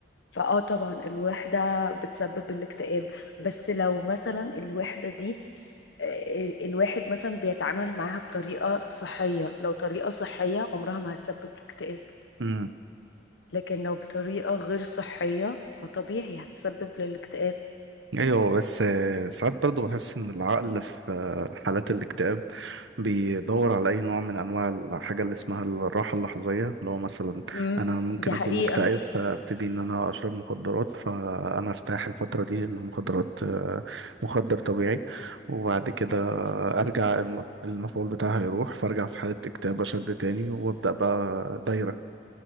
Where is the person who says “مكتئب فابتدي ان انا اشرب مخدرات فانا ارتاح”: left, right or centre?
Right